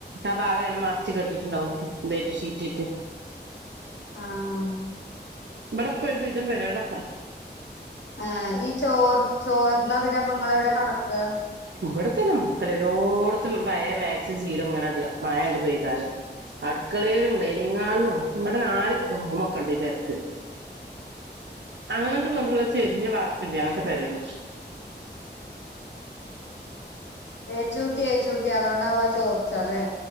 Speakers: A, on the right (about 85°); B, on the left (about 85°).
A: ആ ഭാഗമിങ്ങനെ മറച്ച് കെട്ടിട്ടുണ്ടാവും ബെഡ് ഷീറ്റിട്ട്
B: ആഹ്
A: ഇവിടൊക്കെ ഒരു വിധം വരേണക്കാ
B: ആ ഈ ചോർ ചോർന്ന പിന്നെപ്പോ നിങ്ങളെവിടെ കെടക്കുക
A: ഇവിടത്തെന്നെ മുക്കലോരോടത്തും പഴയ മാക്സി ശീലം ഇങ്ങനെ ഇടാ മായ ഇണ്ട് പെയ്താല് അടുക്കളയിലും ഡെയിനിങ് ഹാളിലും ഇവിടെ നാലു റൂമൊക്കെ ഇണ്ട് ഈ പെരക്ക് അങ്ങോട്ട് കൊണ്ടുള്ള ചെരിഞ്ഞ വാർപ്പില്ല അങ്ങക്ക് പെരയാണ്
B: ഏച്ചൂട്ടി ഏച്ചൂട്ടി അതോണ്ടാവും ആ ചോർച്ചല്ലേ